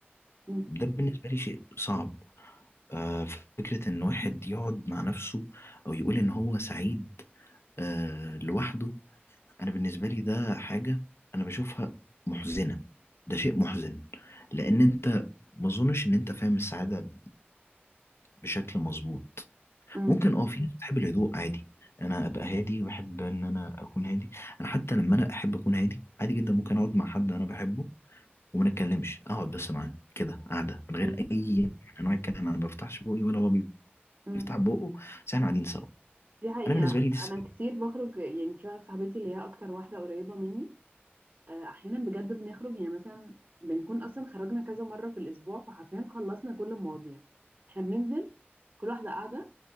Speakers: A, on the right; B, on the left.
A: مم.
B: ده بالنسبة لي شيء صعب آه، فكرة إن واحد يقعد مع نفسه أو يقول إن هو سعيد آه، لوحده أنا بالنسبة لي ده حاجة أنا بشوفها محزنة ده شيء محزن لأن أنت ما أظنش إن أنت فاهم السعادة بشكل مظبوط
A: مم.
B: ممكن اه في ناس بتحب الهدوء عادي انا ابقى هادي وبحب ان انا اكون هادي انا حتى لما انا احب اكون هادي عادي جدا ممكن اقعد مع حد انا بحبه وما نتكلمش اقعد بس معاه كده قاعده من غير
A: مم.
B: اي نوع من انواع الكلام انا ما بفتحش بوقي ولا هو
A: مم.
B: بيفتح بقه بس احنا قاعدين سوا
A: دي حقيقة
B: انا بالنسبه لي دي السعاده
A: انا كتير بخرج يعني في واحده صاحبتي اللي هي اكتر واحده قريبه مني آه، احيانا بجد بنخرج يعني مثلا بنكون اصلا خرجنا كذا مره في الاسبوع فحرفيا خلصنا كل المواضيع احنا بننزل كل واحده قاعده